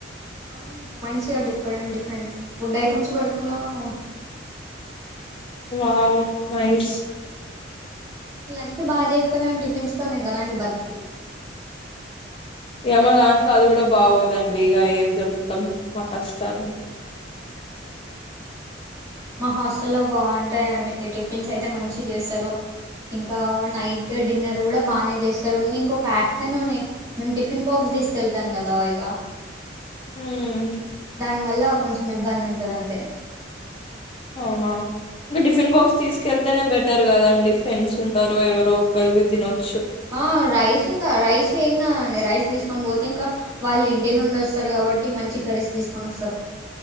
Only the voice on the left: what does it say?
ఆవు నైస్
ఇగ మా దాంట్లో అది కూడా బాగోదండి ఇగ ఏం చెప్తాం మా కష్టాలు
ఉమ్మ్
అవునా టిఫిన్ బాక్స్ తీసుకెళ్తేనే బెట్ ఉంటరు కదండి ఫ్రెండ్స్ ఉంటారు ఎవరో ఒకల్ది తినొచ్చు